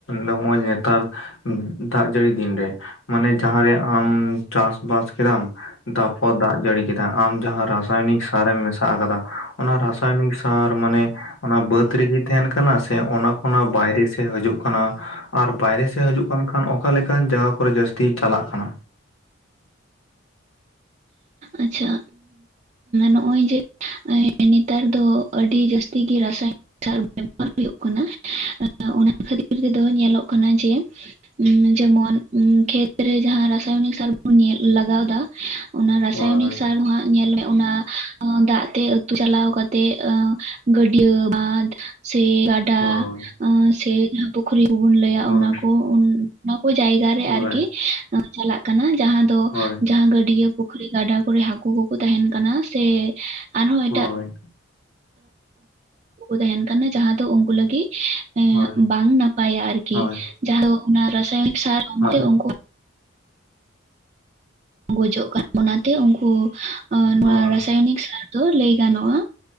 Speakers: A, on the left; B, on the right.
A: ᱦᱚᱸᱜᱼᱚᱭ ᱱᱮᱛᱟᱨ ᱫᱟᱜ ᱡᱟᱹᱲᱤ ᱫᱤᱱᱨᱮ ᱢᱟᱱᱮ ᱡᱟᱸᱦᱟ ᱨᱮ ᱟᱢ ᱪᱟᱥᱵᱟᱥ ᱠᱮᱫᱟᱢ ᱛᱟᱯᱚᱨ ᱫᱟᱜ ᱡᱟᱹᱲᱤ ᱠᱮᱫᱟ ᱟᱢ ᱡᱟᱦᱟᱸ ᱨᱟᱥᱟᱭᱱᱤᱠ ᱥᱟᱨᱮᱢ ᱢᱮᱥᱟ ᱟᱠᱟᱫᱟ ᱚᱱᱟ ᱨᱟᱥᱟᱭᱚᱱᱤᱠ ᱥᱟᱨ ᱢᱟᱱᱮ ᱚᱱᱟ ᱵᱟᱹᱫ ᱨᱮᱜᱮ ᱛᱟᱦᱮᱱ ᱠᱟᱱᱟ ᱥᱮ ᱚᱱᱟ ᱠᱷᱚᱱᱟᱜ ᱵᱟᱭᱨᱮ ᱥᱮᱡ ᱦᱤᱡᱩᱜ ᱠᱟᱱᱟ ᱟᱨ ᱵᱟᱭᱨᱮ ᱥᱮᱫ ᱦᱤᱡᱩᱜ ᱠᱟᱱ ᱠᱷᱟᱱ ᱚᱠᱟᱞᱮᱠᱟᱱ ᱡᱟᱭᱜᱟ ᱠᱚᱨᱮ ᱡᱟᱹᱥᱛᱤ ᱪᱟᱞᱟᱜ ᱠᱟᱱᱟ
B: ᱟᱪᱪᱷᱟ ᱱᱚᱜᱼᱚᱭ ᱡᱮ ᱱᱮᱛᱟᱨ ᱫᱚ ᱟᱹᱰᱤ ᱡᱟᱹᱥᱛᱤ ᱜᱮ ᱨᱟᱥᱟᱭᱚᱱᱤᱠ ᱥᱟᱨ ᱵᱮᱵᱚᱦᱟᱨ ᱦᱩᱭᱩᱜ ᱠᱟᱱᱟ ᱚᱱᱟ ᱠᱷᱟᱹᱛᱤᱨ ᱛᱮᱫᱚ ᱧᱮᱞᱚᱜ ᱠᱟᱱᱟ ᱡᱮ ᱡᱮᱢᱚᱱ ᱠᱷᱮᱛᱨᱮ ᱡᱟᱦᱟᱸ ᱨᱟᱥᱟᱭᱚᱱᱤᱠ ᱥᱟᱨ ᱵᱚᱱ ᱧᱮᱞ ᱞᱟᱜᱟᱣ ᱮᱫᱟ ᱚᱱᱟ ᱨᱟᱥᱟᱭᱚᱱᱤᱠ
A: ᱦᱳᱭ
B: ᱥᱟᱨ ᱦᱟᱸᱟᱜ ᱧᱮᱞ ᱢᱮ ᱚᱱᱟ ᱫᱟᱜ ᱛᱮ ᱟᱹᱛᱩ ᱪᱟᱞᱟᱣ ᱠᱟᱛᱮᱜ ᱜᱟᱹᱰᱭᱟᱹ ᱵᱟᱫᱷ ᱥᱮ ᱜᱟᱰᱟ
A: ᱦᱳᱭ
B: ᱥᱮ ᱡᱟᱦᱟᱸ ᱯᱩᱠᱷᱨᱤ ᱠᱚᱵᱩᱱ ᱞᱟᱹᱭᱟ
A: ᱦᱳᱭ
B: ᱚᱱᱟ ᱠᱚ ᱚᱱᱟ ᱠᱚ ᱡᱟᱭᱜᱟ ᱨᱮ
A: ᱦᱳᱭ
B: ᱟᱨᱠᱤ ᱪᱟᱞᱟᱜ ᱠᱟᱱᱟ ᱡᱟᱦᱟᱸ ᱫᱚ
A: ᱦᱳᱭ
B: ᱡᱟᱦᱟᱸ ᱜᱟᱹᱰᱭᱟᱹ ᱯᱩᱠᱷᱨᱤ ᱜᱟᱰᱟ ᱠᱚᱨᱮ ᱦᱟᱠᱩ ᱠᱚᱠᱚ ᱛᱟᱦᱮᱱ ᱠᱟᱱᱟ ᱥᱮ ᱟᱨᱦᱚᱸ ᱮᱴᱟᱜ
A: ᱦᱳᱭ
B: ᱛᱟᱦᱮᱱ ᱠᱟᱱᱟ ᱡᱟᱦᱟᱸ ᱫᱚ ᱩᱱᱠᱩ ᱞᱟᱹᱜᱤᱫ
A: ᱦᱳᱭ
B: ᱵᱟᱝ ᱱᱟᱯᱟᱭ ᱯᱟᱭᱟ ᱟᱨᱠᱤ
A: ᱦᱳᱭ
B: ᱡᱟᱦᱟᱸ ᱚᱱᱟ ᱨᱟᱥᱟᱭᱚᱱᱤᱠ ᱥᱟᱨ
A: ᱦᱳᱭ
B: ᱩᱱᱠᱩ ᱜᱚᱡᱚᱜ ᱠᱟᱱᱟ ᱚᱱᱟᱛᱮ ᱩᱱᱠᱩ ᱱᱚᱣᱟ
A: ᱦᱳᱭ
B: ᱨᱟᱥᱟᱭᱚᱱᱤᱠ ᱥᱟᱨ ᱫᱚ ᱞᱟᱹᱭ ᱜᱟᱱᱚᱜᱼᱟ